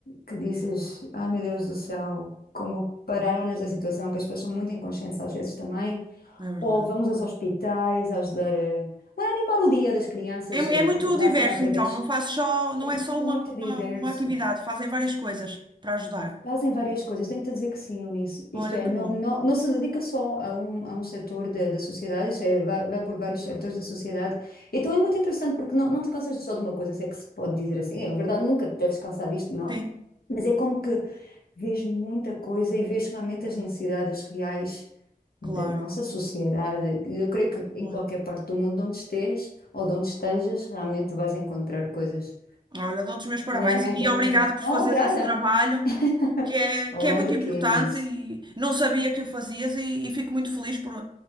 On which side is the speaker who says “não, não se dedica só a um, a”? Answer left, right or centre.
Left